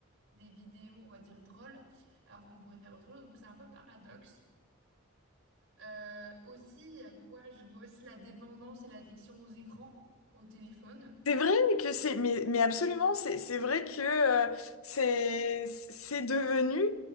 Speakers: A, on the right; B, on the left.
A: des vidéos, on va dire, drôles, alors qu'on pourrait faire autre chose. Donc c'est un peu paradoxe. Euh, aussi, à quoi je vois aussi la dépendance et l'addiction aux écrans, au téléphone.
B: C'est vrai que c'est, mais, mais absolument,
A: Oui.
B: c'est, c'est vrai que euh, c'est, c'est devenu